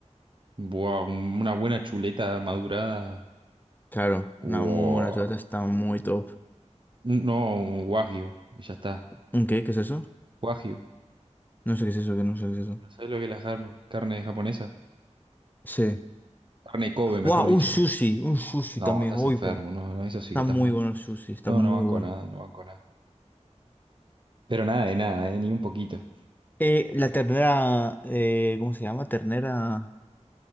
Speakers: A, on the right; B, on the left.
A: Buah, un- una buena chuleta madurada.
B: Claro,
A: Buah,
B: una muy buena chuleta está muy top.
A: un- no, un wagyu. Y ya está.
B: ¿Un qué? ¿Qué es eso?
A: Wagyu.
B: No sé qué es eso, que no sé qué es eso.
A: ¿Sabes lo que es la jar- carne japonesa?
B: Sí.
A: Carne Kobe, mejor
B: ¡Wow!
A: dicho.
B: Un sushi, un sushi
A: No,
B: también.
A: estás
B: Uy,
A: enfermo.
B: po.
A: No, no, eso sí
B: Está
A: que estás
B: muy
A: mal.
B: bueno el sushi, está
A: No,
B: muy
A: no banco
B: bueno.
A: nada, no banco nada. Pero nada de nada, eh, ni un poquito.
B: Eh, la ternera... eh, ¿cómo se llama? Ternera...